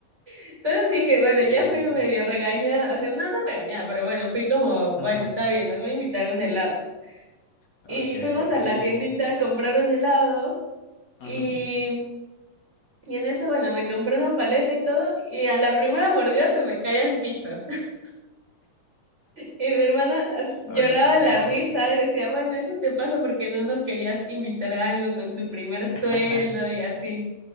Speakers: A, on the right (about 15°); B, on the left (about 45°).
A: Entonces dije, bueno,
B: Sí.
A: ya fui medio regañada, o sea, no, no regañada, pero bueno, fui como, bueno,
B: ujú,
A: está bien, las voy a invitar a un helado.
B: Ok,
A: Y fuimos a
B: sí.
A: la tiendita a comprar un helado y,
B: Ujú.
A: y en eso, bueno, me compré una paleta y todo y a la primera mordida se me cae al piso. <laughs> Y mi hermana as- lloraba
B: Ok.
A: de la risa y decía, bueno, eso te pasa porque no nos querías invitar a algo con tu primer sueldo
B: <laughs>
A: y así.